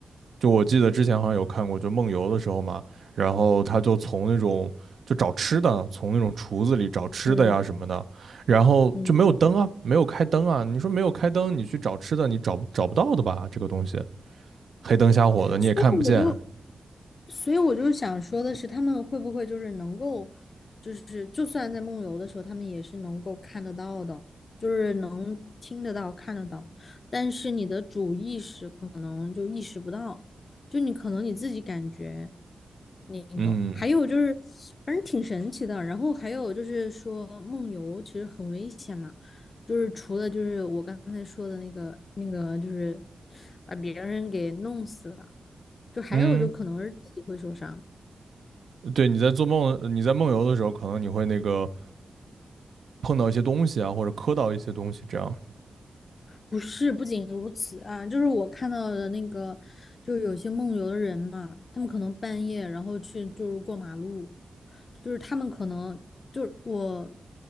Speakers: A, on the right; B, on the left.
A: 就我记得之前好像有看过，就梦游的时候嘛，然后他就从那种就找吃的，从那种厨子里找吃的呀什么的，
B: 嗯
A: 然后就没有灯啊，
B: 嗯，
A: 没有开灯啊。你说没有开灯，你去找吃的，你找找不到的吧？这个东西黑灯瞎火的，你也看不见。
B: 所以我就所以我就想说的是，他们会不会就是能够，就是就算在梦游的时候，他们也是能够看得到的，就是能听得到、看得到，但是你的主意识可能就意识不到，就你可能你自己感觉那个。
A: 嗯
B: 还有就是，反正挺神奇的。然后还有就是说，梦游其实很危险嘛，就是除了就是我刚才说的那个那个，就是把别人给弄死了，就还有就可能是自己会受伤。
A: 嗯，对，你在做梦，你在梦游的时候，可能你会那个碰到一些东西啊，或者磕到一些东西，这样
B: 不是，不仅如此啊，就是我看到的那个，就是有些梦游的人嘛，他们可能半夜然后去就是过马路，就是他们可能就是我